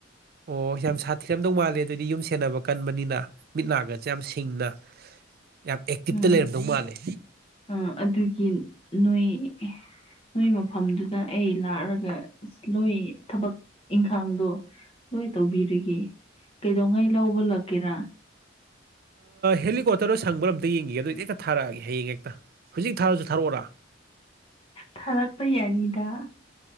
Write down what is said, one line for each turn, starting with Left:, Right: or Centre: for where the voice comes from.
Right: ꯑꯣ ꯌꯥꯝ ꯁꯥꯊꯤꯔꯝꯗꯧ ꯃꯥꯜꯂꯦ ꯑꯗꯨꯗꯤ ꯌꯨꯝ ꯁꯦꯟꯅꯕ ꯀꯟꯕꯅꯤꯅ ꯃꯤꯠ ꯅꯥꯒꯁꯦ ꯌꯥꯝ ꯁꯤꯡꯅ ꯌꯥꯝ ꯑꯦꯛꯇꯤꯞꯇ
Left: ꯎꯝ
Right: ꯂꯩꯔꯝꯗꯧ ꯃꯥꯜꯂꯦ
Left: ꯑ ꯑꯗꯨꯒꯤ ꯅꯣꯏ ꯅꯣꯏ ꯃꯐꯝꯗꯨꯗ ꯑꯩ ꯂꯥꯛꯔꯒ ꯑ ꯅꯣꯏ ꯊꯕꯛ ꯏꯪꯈꯥꯡꯗꯣ ꯂꯣꯏ ꯇꯧꯕꯤꯔꯤꯒꯦ ꯀꯩꯗꯧꯉꯩ ꯂꯧꯕ ꯂꯥꯛꯀꯦꯔꯥ
Right: ꯍꯦꯂꯤꯀꯣꯞꯇꯔꯗ ꯁꯪꯕꯔ ꯑꯝꯇ ꯌꯦꯡꯒꯦ ꯑꯗꯣ ꯍꯦꯛꯇ ꯊꯥꯔꯛꯑꯒꯦ ꯍꯌꯦꯡ ꯍꯦꯛꯇ ꯍꯧꯖꯤꯛ ꯊꯥꯔꯁꯨ ꯊꯥꯔꯛꯑꯣꯔꯥ
Left: ꯊꯥꯔꯛꯄ ꯌꯥꯅꯤꯗ